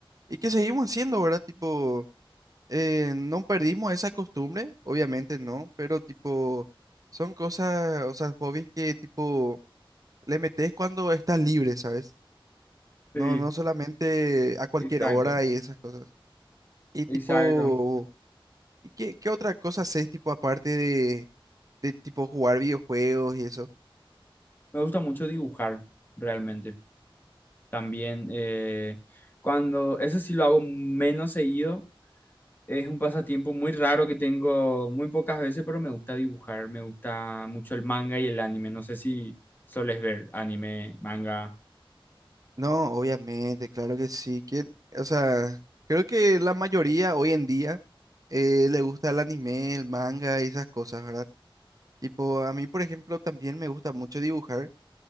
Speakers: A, on the right; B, on the left.
A: y que seguimos haciendo, ¿verdad? Tipo. eh, no perdimos esa costumbre, obviamente no, pero tipo, son cosas, o sea, hobbies que tipo le metes cuando estás libre, ¿sabes?
B: Sí,
A: No, no solamente a cualquier
B: exacto,
A: hora y esas cosas. Y tipo,
B: exacto.
A: ¿y qué, qué otra cosa haces tipo aparte de, de tipo jugar videojuegos y eso?
B: Me gusta mucho dibujar, realmente. También, eh, cuando, eso sí lo hago menos seguido Es un pasatiempo muy raro que tengo muy pocas veces, pero me gusta dibujar, me gusta mucho el manga y el anime. No sé si soles ver anime, manga.
A: No, obviamente, claro que sí. ¿Quién? O sea, creo que la mayoría hoy en día eh, le gusta el anime, el manga y esas cosas, ¿verdad? Tipo, a mí, por ejemplo, también me gusta mucho dibujar.